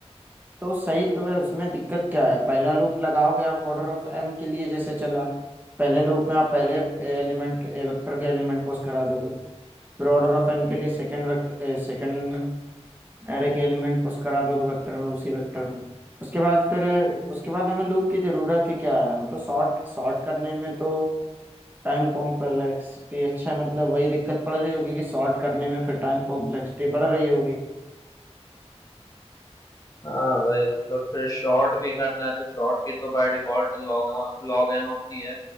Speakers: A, on the right (about 15°); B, on the left (about 30°).
A: तो सही तो है उसमें दिक्कत क्या है पहला लूप लगाओगे आप ऑर्डर ऑफ एम के लिए जैसे चला पहले लूप में आप पहले एलिमेंट के वेक्टर के एलिमेंट पुश करा दोगे फिर ऑर्डर ऑफ एन के लिए सेकंड वेक्टर सेकंड एरे के एलिमेंट पुश करा दोगे वेक्टर में उसी वेक्टर में उसके बाद फिर उसके बाद हमें लूप की जरूरत ही क्या है हम तो सॉर्ट सॉर्ट करने में तो टाइम कॉम्प्लेक्सिटी अच्छा मतलब वही दिक्कत पड़ रही होगी कि सॉर्ट करने में फिर टाइम कॉम्प्लेक्सिटी बढ़ रही होगी
B: हाँ भाई मतलब फिर शॉर्ट भी करना है तो शॉर्ट की तो by default log log N होती है